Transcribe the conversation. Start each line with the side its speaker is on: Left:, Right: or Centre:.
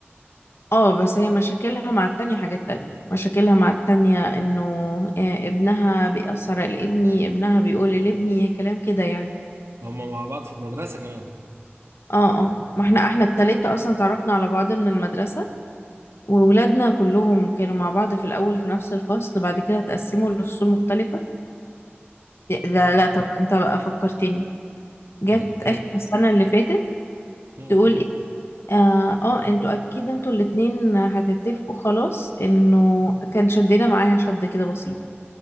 Left: اه بس هي مشاكلها مع التانية حاجات تانية مشاكلها مع التانية انه آه، ابنها بيأثر على ابني ابنها بيقول لابني كلام كده يعني
Right: هما مع بعض في مدرسة كمان
Left: اه اه ما احنا احنا التلاتة اصلا اتعرفنا على بعض من المدرسة وولادنا كلهم كانوا مع بعض في الاول في نفس الفصل بعد كده اتقسموا لفصول مختلفة لا
Right: مم.
Left: لا طب انت بقى فكرتني جت
Right: <laughs>
Left: اخر السنة اللي فاتت
Right: مم.
Left: تقول ايه اه, آه انتوا اكيد انتوا الاتنين هتتفقوا خلاص انه كان شدنا معاها شد كده بسيط